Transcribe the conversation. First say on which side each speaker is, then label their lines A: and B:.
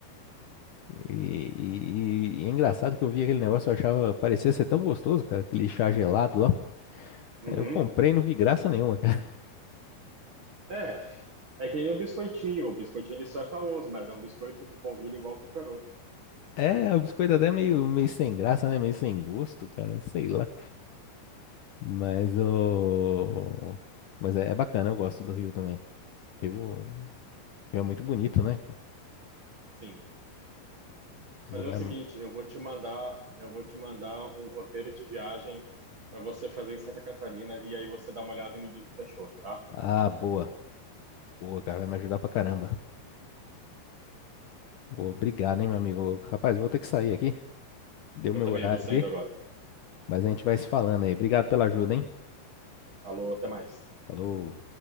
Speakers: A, on the left; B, on the right.
A: E, e- e é engraçado que eu vi aquele negócio, eu achava, parecia ser tão gostoso, cara, aquele chá gelado lá.
B: Uhum.
A: Aí Eu comprei e não vi graça nenhuma, cara. <laughs>
B: É, é que nem o biscoitinho. O biscoitinho ele só é famoso, mas é um biscoito de polvilho igual qualquer outro.
A: É, o biscoito até é meio, meio sem graça, né? Meio sem gosto, cara, sei lá. Mas o. Mas é, é bacana, eu gosto do Rio também. Rio, Rio é muito bonito, né?
B: Sim.
A: Um
B: Fazer
A: lugar.
B: o seguinte, eu vou te mandar, eu vou te mandar um roteiro de viagem para você fazer em Santa Catarina e aí você dá uma olhada e me diz o que achou, tá?
A: Ah, boa. Boa, cara, vai me ajudar pra caramba. Obrigado, hein, meu amigo. Rapaz, eu vou ter que sair aqui. Deu
B: Eu
A: meu
B: também
A: horário
B: vou saindo
A: aqui,
B: agora.
A: mas a gente vai se falando aí. Obrigado pela ajuda, hein?
B: Falou, até mais.
A: Falou.